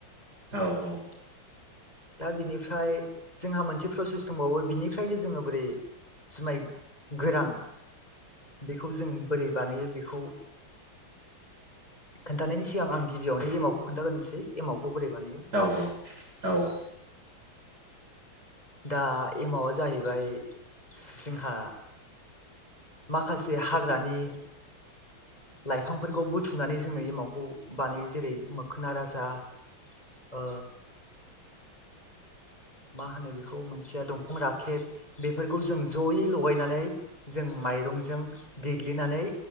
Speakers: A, on the right; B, on the left.
A: औ औ।
B: दा बिनिफ्राय जोंहा मोनसे प्रसेस दंबावो बिनिफ्रायनो जोङो बोरै जुमाय गोरान बेखौ जों बोरै बानायो बेखौ खोनन्थानायनि सिगां आं गिबियावनो एमावखौ खोन्थाग्रोसै एमावखौ बोरै बानायो।
A: औ औ औ।
B: दा एमावआ जाहैबाय जोंहा माखासे हाग्रानि लाइफांफोरखौ बुथुमनानै जोङो एमावखौ बानायो जेरै मोखोना राजा ओ मा होनो बेखौ मोनसेया दंफां राखेब बेफोरखौ जों जयै लगायनानै जों माइरंजों देग्लिनानै